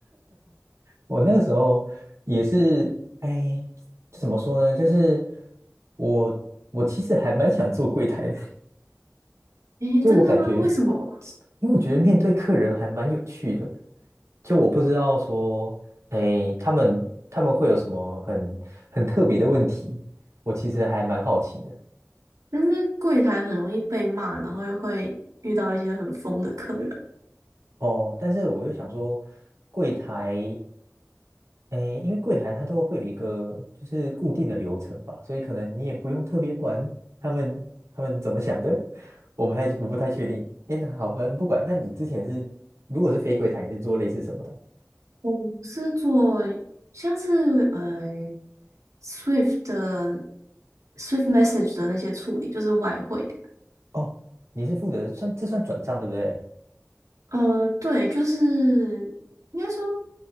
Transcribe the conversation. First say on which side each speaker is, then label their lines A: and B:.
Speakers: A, on the right; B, on the right.
A: 我那个时候也是，哎，怎么说呢？就是我我其实还蛮想做柜台的，
B: 诶，
A: 就我感觉，
B: 真的吗？为什么？
A: 因为我觉得面对客人还蛮有趣的。就我不知道说，哎，他们他们会有什么很很特别的问题，我其实还蛮好奇的。
B: 但是柜台很容易被骂，然后又会遇到一些很疯的客人。
A: 哦，但是我又想说，柜台，诶，因为柜台它都会有一个就是固定的流程吧，所以可能你也不用特别管他们他们怎么想的，我不太我不太确定。诶，那好，吧，不管。那你之前是如果是非柜台，你是做类似什么的？
B: 我是做像是呃 Swift 的 Swift Message 的那些处理，就是外汇的。
A: 哦，你是负责算这算转账对不对？
B: 呃，对，就是应该说